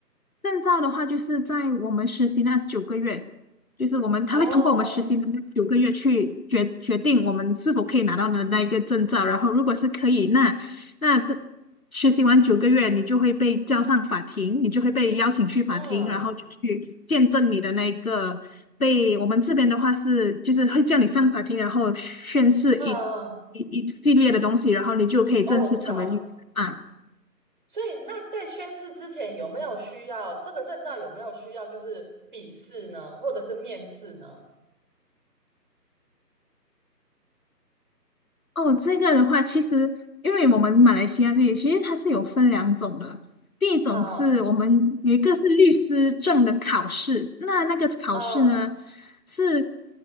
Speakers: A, on the left; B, on the right.
A: 证照的话，就是在我们实习那九个月，就是我们他会通过我们实习的那九个月去决决定我们是否可以拿到的那一个证照。
B: 哦，
A: 然后，如果是可以，那那的实习完九个月，你就会被叫上法庭，你就会被邀请去法庭，
B: 嗯
A: 然后就去见证你的那一个被我们这边的话是就是会叫你上法庭，然后宣誓一
B: 嗯嗯，
A: 一一系列的东西，然后你就可以正式成为律师啊。
B: 哦，我知道。所以那在宣誓之前有没有需要这个证照？有没有需要就是笔试呢，或者是面试呢？
A: 哦，这个的话，其实因为我们马来西亚这里其实它是有分两种的，第一种是我们有一个是律师证的考试，
B: 哈、
A: 那那个考试呢
B: 啊，
A: 是